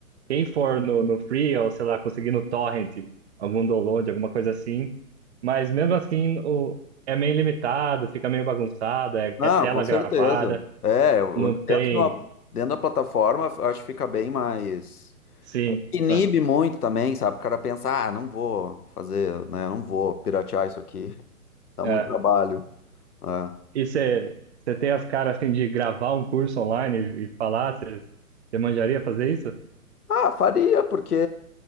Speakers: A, on the right (about 50°); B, on the left (about 80°).
A: quem for no, no Free ou sei lá, conseguir no Torrent, algum download, alguma coisa assim. Mas mesmo assim, o, é meio limitado, fica meio bagunçado, é,
B: Não,
A: é tela
B: com certeza.
A: gravada,
B: É, o-
A: não
B: dentro
A: tem.
B: de uma- dentro da plataforma, eu acho que fica bem mais.
A: Sim,
B: Inibe
A: é,
B: muito também, sabe? O cara pensa, ah, não vou fazer, né? Não vou piratear isso aqui. <laughs> Dá
A: é.
B: muito trabalho. É.
A: E você tem as caras assim de gravar um curso online e, e falar? Você manjaria fazer isso?
B: Ah, faria, porque